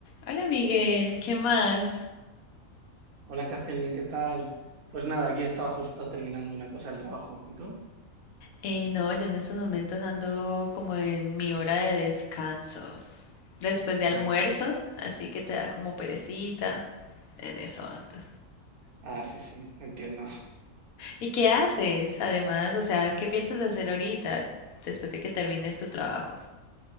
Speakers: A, on the left; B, on the right.
A: Hola Miguel, ¿qué más?
B: Hola Catherine, ¿qué tal? Pues nada, aquí estaba justo terminando una cosa del trabajo. ¿Y tú?
A: Eh, no, yo en estos momentos ando como en mi hora de descanso, después de
B: Ah,
A: almuerzo,
B: que...
A: así que te da como perecita, en eso ando.
B: ah, sí, sí, entiendo.
A: ¿Y qué haces? Además, o sea, ¿qué piensas hacer ahorita, después de que termines tu trabajo?